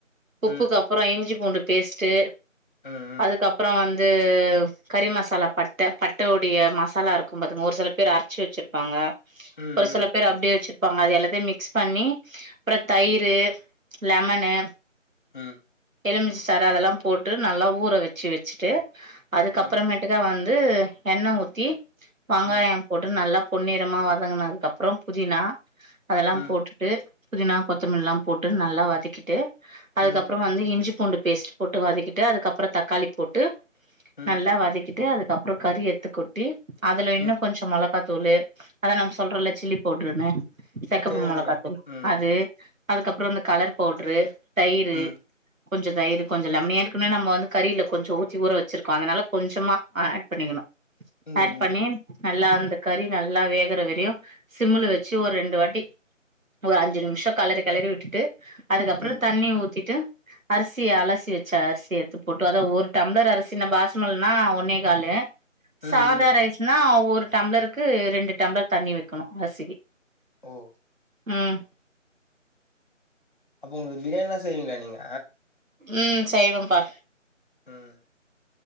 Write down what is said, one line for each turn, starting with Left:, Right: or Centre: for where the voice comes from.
Right: உப்புக்கு
Left: ம்
Right: அப்புறோ இஞ்சிப் பூண்டு பேஸ்ட்டு
Left: ம்
Right: அதுக்கப்புறோ வந் து கறி மசாலா பட்ட பட்டவுடைய மசாலா இருக்கும் பாத்துக்கங்க ஒரு சில பேரு அரச்சு வச்சுருப்பாங்க.
Left: ம் ம்
Right: ஒரு சில பேர் அப்டியே வச்சுரு ப்பாங்க அது எல்லாத்தையு மிக்ஸ் பண்ணி அப்றோ தயிரு லெமனு
Left: ம்
Right: எலுமிச்ச சாறு அதெல்லா போட்டு நல்லா ஊற வச்சு வச்சுட்டு அதுக்கப்புறமேட்டுக்கா
Left: ம்
Right: வந் து எண்ண ஊத்தி வெங்காயோ
Left: ம் ம்
Right: போட்டு நல்லா பொன்னிறமா வதங்குனதுக்கு அப்றோ புதினா அதெல்லா
Left: ம்
Right: போட்டுட்டு புதினா கொத்தமல்லிலா போட்டு நல்லா வதக்கிட்டு அதுக்கப்பறோ
Left: ம்
Right: வந்து இஞ்சிப் பூண்டு பேஸ்ட் போட்டு வதக்கிட்டு அதுக்கப்புறோ தக்காளி போட்டு
Left: ம்
Right: நல்லா வதக்கிட்டு அது அப்றோ கறி எட்த்து கொட்டி அதுல இன்னு
Left: ம்
Right: கொஞ்ச மொளகாத் தூளு அத நம் சொல்றோல்ல சில்லி பவுட்ருன்னு செகப்பு
Left: தெரியு
Right: மொளகாத்தூள்
Left: தெரியு ம்
Right: அது அதுக்கப்றோ இந்த கலர் பவுட்ரு தயிரு
Left: ம்
Right: கொஞ்சொ தயிரு கொஞ்ச லெமனு ஏற்கனவே நம்ம வந்து கறில கொஞ்ச ஊத்தி ஊற வச்சுருக்கோ அதுனால கொஞ்சமா ஆட் பண்ணிக்கணு
Left: ம் ம்
Right: ஆட் பண்ணி நல்லா அந்த கறி நல்லா வேகற வரையு சிம்முல வச்சு ஒர் ரெண்டு வாட்டி ஒரு அஞ்சு நிமிஷொ கலறி கலறி விட்டுட்டு அதுக்கப்றத்
Left: ம்
Right: ண்ணி ஊத்திட்டு அரிசி அலசி வச்ச அரிசி எட்த்து போட்டு அதா ஒரு டம்ளர் அரிசின பாசுமல்னா ஒன்னே காலு
Left: ம்
Right: சாதா
Left: ம்
Right: ரைஸ்னா ஒ ரு டம்ளருக்கு ரெண்டு டம்ளர் தண்ணி வக்கணு அரிசிக்கு
Left: ஓ
Right: ம்
Left: உங்கு பிரியாணில்லா செய்வீங்ளா நீங்க
Right: ம் செய்வம்பா
Left: ம்.